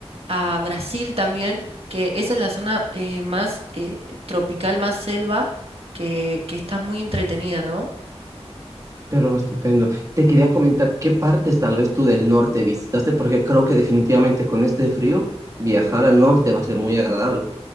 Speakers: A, on the right; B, on the right.
A: a Brasil también, que esa es la zona eh, más eh, tropical, más selva, que, que está muy entretenida, ¿no?
B: Pero estupendo. Te quería comentar qué partes tal vez tú del norte visitaste, porque creo que definitivamente con este frío viajar al norte va a ser muy agradable.